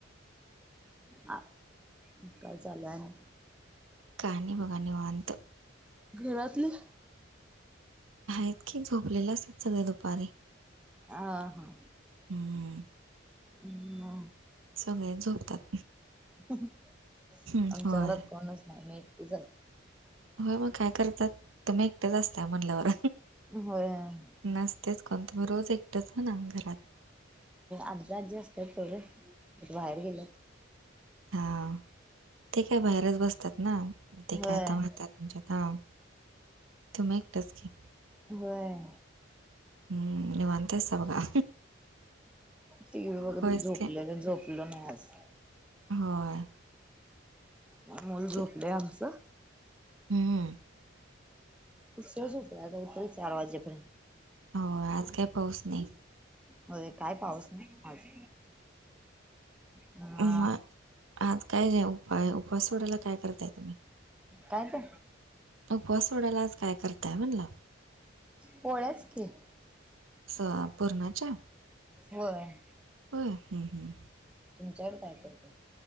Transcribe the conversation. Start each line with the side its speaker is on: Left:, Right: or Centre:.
Centre: ह काय चालु हाय आणि.
Right: काय नाही बघा निवांत.
Centre: घरातली.
Right: हा इतकी झोपलेले असतात सगळे दुपारी.
Centre: आ ह.
Right: हम.
Centre: ह्.
Right: सगळे झोपतात.
Centre: आमच्या
Right: हं, होय.
Centre: घरात कोणच नाही मी एकटीच आहे.
Right: होय मग काय करतात तुम्ही एकटेच असताय म्हणल्यावर.
Centre: <unintelligible>
Right: नसतेच कोण तुम्ही रोज एकटंच हो ना घरात.
Centre: आजी आजी असतात तेवढं बाहेर गेल्यात.
Right: हा ते काय बाहेरच बसतात ना ते
Centre: होय.
Right: काय आता म्हातारं म्हच्यात तुम्ही एकट्याच की.
Centre: व्हय.
Right: हं, निवांत असता बघा.
Centre: टीव्ही बघत
Right: होयच
Centre: झोपलेलो
Right: की.
Centre: झोप लो नाही आज.
Right: होय.
Centre: मुलं झोपलयं
Right: ते
Centre: आमचं.
Right: हं.
Centre: उशिर झोपलं आहे आता उठल चार वाजेपर्यंत.
Right: हो आज काही पाऊस नाही.
Centre: होय काय पाऊस नाही आज. म
Right: मगं आज काय उपा उपास सोडायला काय करताय तुम्ही?
Centre: काय ते?
Right: उपवास सोडायला आज काय करताय म्हणलं?
Centre: पोळ्याच की.
Right: स पूर्णाच्या.
Centre: होय.
Right: हो हम् हम्.
Centre: तुमच्याकडं काय करताय?